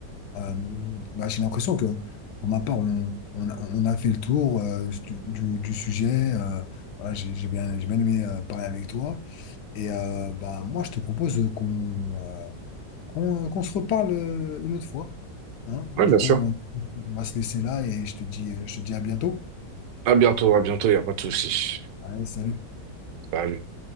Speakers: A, on the left; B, on the right.
A: Euh, bah, j'ai l'impression que, pour ma part, on, on, a on a fait le tour euh, du, du, du sujet. Euh, voilà, j'ai j'ai bien, j'ai bien aimé euh, parler avec toi. Et euh, bah, moi, je te propose qu'on euh, qu'on euh, qu'on se reparle euh, une autre fois. Hein? Du
B: Oui, bien
A: coup,
B: sûr.
A: on on va se laisser là et je te dis, euh, je te dis à bientôt.
B: À bientôt, à bientôt, il n'y a pas de souci.
A: Allez, salut.
B: Salut.